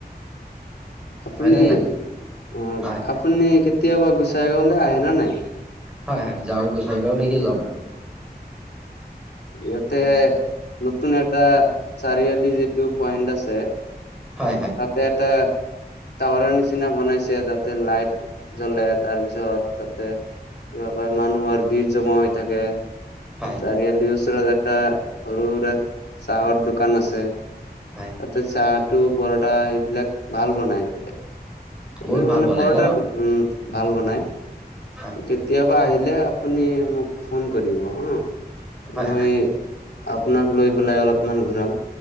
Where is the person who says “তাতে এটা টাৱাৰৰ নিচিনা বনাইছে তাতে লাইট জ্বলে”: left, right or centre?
Left